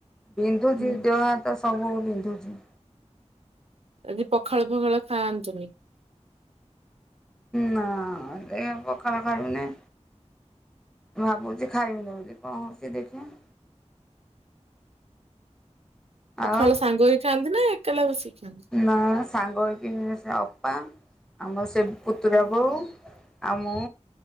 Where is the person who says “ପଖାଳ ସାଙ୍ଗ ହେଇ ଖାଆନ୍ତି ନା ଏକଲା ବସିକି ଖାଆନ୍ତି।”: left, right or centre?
Right